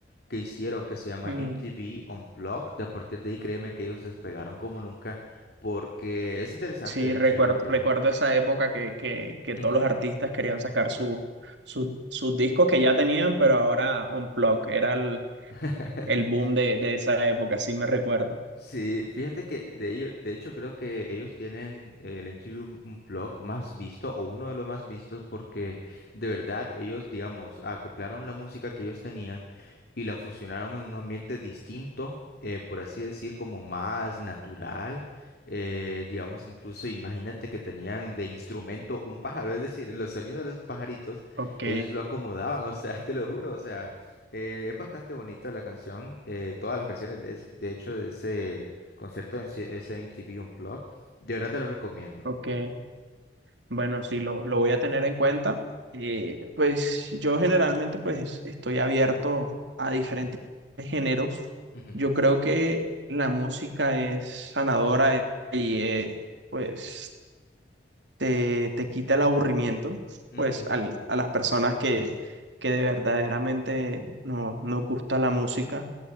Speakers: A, on the left; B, on the right.
A: que hicieron, que se llama
B: Mm,
A: MTV Unplugged. De a partir de ahí, créeme que ellos despegaron como nunca, porque es interesante,
B: Sí,
A: de
B: recuerdo,
A: hecho, esta.
B: recuerdo esa época que, que, que todos
A: Ujú.
B: los artistas querían sacar su, su- sus discos que ya tenían, pero ahora Unplugged, era el,
A: <laughs>
B: el boom de, de esa época, sí me recuerdo.
A: Sí, fíjate que de ello- de hecho creo que ellos tienen eh, el MTV Unplugged más visto o uno de los más vistos porque de verdad ellos, digamos, acoplaron la música que ellos tenían y la fusionaron en un ambiente distinto, eh, por así decir, como más natural. eh, digamos, incluso imagínate que tenían de instrumento un pájaro, es decir, los sonidos de los pajaritos,
B: Ok,
A: ellos lo acomodaban, <laughs> o sea, te lo juro, o sea. Eh, es bastante bonita la canción. eh, todas las canciones, de, es- de hecho, de ese concierto en sí- ese MTV Unplugged, de verdad te lo recomiendo.
B: ok. Bueno, sí, lo, lo voy a tener en cuenta. Eh, pues yo generalmente pues estoy abierto a diferentes géneros.
A: Ujú,
B: Yo creo que la música es sanadora eh, y eh, pues te, te quita el aburrimiento
A: ujú,
B: pues al- a las personas que, que de verdaderamente no, nos gusta la música.